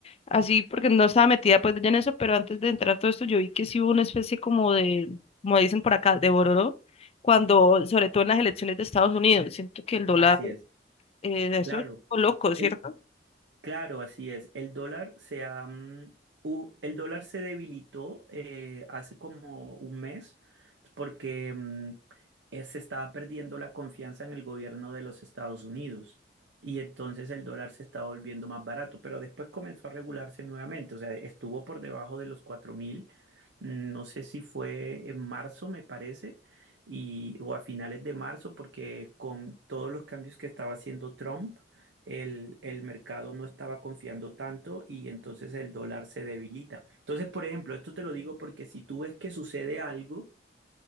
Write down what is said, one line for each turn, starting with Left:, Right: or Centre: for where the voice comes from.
Left: así porque no estaba metida pues ya en eso, pero antes de entrar todo esto yo vi que sí hubo una especie como de, como dicen por acá, de bororo, cuando, sobre todo en las elecciones de Estados Unidos, siento que el dólar,
Right: Así es,
Left: eh, eso
Right: claro.
Left: es loco, ¿cierto?
Right: El- Claro, así es. El dólar se ha, mm, hu- el dólar se debilitó eh, hace como un mes porque mm, eh, se estaba perdiendo la confianza en el gobierno de los Estados Unidos y entonces el dólar se estaba volviendo más barato, pero después comenzó a regularse nuevamente, o sea, estuvo por debajo de los 4.000, mm, no sé si fue en marzo, me parece, y, o a finales de marzo, porque con todos los cambios que estaba haciendo Trump, el, el mercado no estaba confiando tanto y entonces el dólar se debilita. Entonces, por ejemplo, esto te lo digo porque si tú ves que sucede algo,